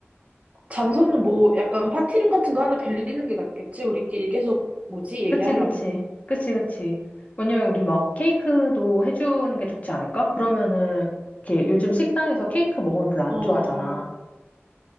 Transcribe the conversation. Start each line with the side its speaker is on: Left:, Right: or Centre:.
Right: 장소는 뭐 약간 파티룸 같은 거 하나 빌리는 게 낫겠지? 우리끼리 계속 뭐지? 얘기하려면?
Left: 그치, 그치, 그치, 그치. 왜냐면 우리 막 케이크도 해주는 게
Right: 음.
Left: 좋지 않을까? 그러면은 이렇게 요즘 식당에서 케이크 먹으면 별로 안
Right: 어, 어.
Left: 좋아하잖아.